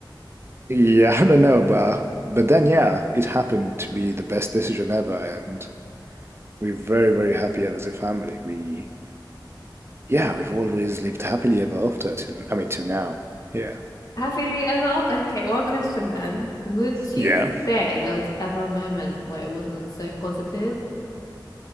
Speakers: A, on the right; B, on the left.
A: yeah, <laughs> I don't know. But but then yeah, it happened to be the best decision ever, and we're very very happy as a family. We yeah, we've always lived happily ever after. Till, I mean, till now. Yeah.
B: Have you ever, okay, one question then. Would you
A: Yeah.
B: say there was ever a moment where it wasn't so positive?